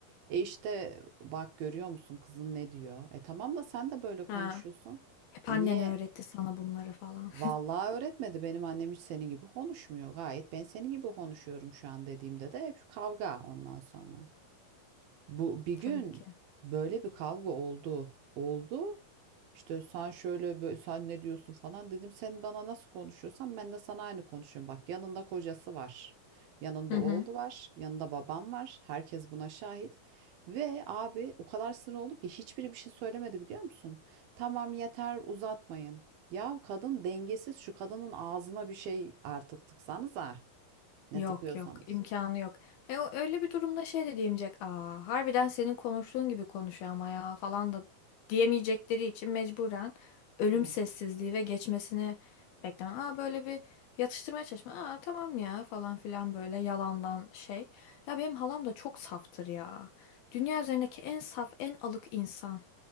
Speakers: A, on the right; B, on the left.
A: E işte bak görüyor musun kızın ne diyor? E tamam da sen de böyle
B: Ha,
A: konuşuyorsun.
B: hep
A: E
B: annen
A: niye?
B: öğretti sana bunları falan.
A: Vallahi öğretmedi. Benim annem hiç senin gibi konuşmuyor. Gayet ben senin gibi konuşuyorum şu an dediğimde de hep kavga ondan sonra. Bu
B: <laughs>
A: bir gün
B: Tabii ki.
A: böyle bir kavga oldu. Oldu. İşte sen şöyle böyle, sen ne diyorsun falan dedim. Sen bana nasıl konuşuyorsan ben de sana aynı konuşuyorum. Bak yanında kocası var. Yanında
B: Hı
A: oğlu
B: hı.
A: var. Yanında babam var. Herkes buna şahit. Ve abi o kadar sinir oldum ki hiçbiri bir şey söylemedi biliyor musun? Tamam yeter uzatmayın. Ya kadın dengesiz şu kadının ağzına bir şey artık tıksanız ha Ne
B: Yok
A: tıkıyorsanız.
B: yok imkanı yok. E, o, öyle bir durumda şey de diyemeyecek. Aa, harbiden senin konuştuğun gibi konuşuyor ama ya falan da diyemeyecekleri için mecburen ölüm
A: Hmm.
B: sessizliği ve geçmesini bekleme. Aa böyle bir yatıştırmaya çalışma. Aa tamam ya falan filan böyle yalandan şey. Ya benim halam da çok saftır ya. Dünya üzerindeki en saf en alık insan.